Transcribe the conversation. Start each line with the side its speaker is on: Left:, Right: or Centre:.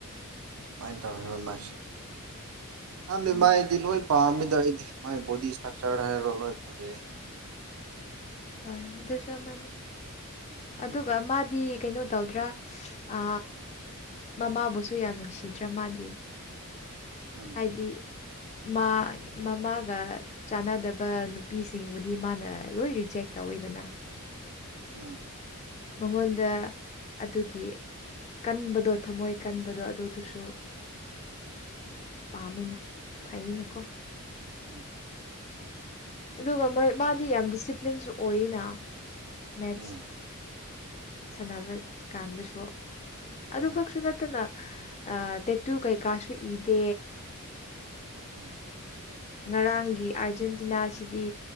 Right: ꯃꯥꯏꯅ ꯊ ꯃꯥꯁ ꯍꯗꯤ
Left: ꯎꯝ
Right: ꯃꯥꯏꯗꯤ ꯂꯣꯏ ꯄꯥꯝꯃꯤꯗ ꯑꯩꯗꯤ ꯃꯥꯏ ꯕꯣꯗꯤ ꯏꯁꯇ꯭ꯔꯛꯆꯔ ꯍꯥꯏꯔꯔꯣ ꯂꯣꯏ ꯐꯖꯩꯌꯦ
Left: ꯍꯣꯏ ꯑꯗꯨꯁꯨ ꯑꯃꯅꯤ
Right: ꯎꯝ
Left: ꯑꯗꯨꯒ ꯃꯥꯗꯤ ꯀꯩꯅꯣ ꯇꯧꯗ꯭ꯔꯥ ꯑ ꯃꯃꯥꯕꯨꯁꯨ ꯌꯥꯝ ꯅꯨꯡꯁꯤꯗ꯭ꯔꯥ ꯃꯥꯗꯤ
Right: ꯎꯝ
Left: ꯍꯥꯏꯗꯤ ꯃꯥ ꯃꯃꯥꯒ ꯆꯥꯟꯅꯗꯕ ꯅꯨꯄꯤꯁꯤꯡꯕꯨꯗꯤ ꯃꯥꯅ ꯂꯣꯏ ꯔꯤꯖꯦꯛ ꯇꯧꯋꯤꯗꯅ
Right: ꯎꯝ
Left: ꯃꯉꯣꯟꯗ ꯑꯗꯨꯒꯤ ꯀꯟꯕꯗꯣ ꯊꯝꯃꯣꯏ ꯀꯟꯕꯗꯣ ꯑꯗꯨꯗꯨꯁꯨ ꯄꯥꯝꯃꯤꯅ ꯐꯩꯅꯀꯣ
Right: ꯎꯝ
Left: ꯑꯗꯨꯒ ꯃꯣꯏ ꯃꯥꯗꯤ ꯌꯥꯝ ꯗꯤꯁꯤꯄ꯭ꯂꯤꯟꯁꯨ ꯑꯣꯏꯅ ꯃꯦꯠꯁ
Right: ꯎꯝ
Left: ꯁꯥꯟꯅꯕ ꯀꯥꯟꯗꯁꯨ ꯑꯗꯨ
Right: ꯎꯝ
Left: ꯈꯛꯁꯨ ꯅꯠꯇꯅ ꯑ ꯇꯦꯠꯇꯨ ꯀꯩꯀꯥꯁꯨ ꯏꯗꯦ
Right: ꯎꯝ
Left: ꯉꯔꯥꯡꯒꯤ ꯑꯥꯔꯖꯦꯟꯇꯤꯅꯥꯁꯤꯗꯤ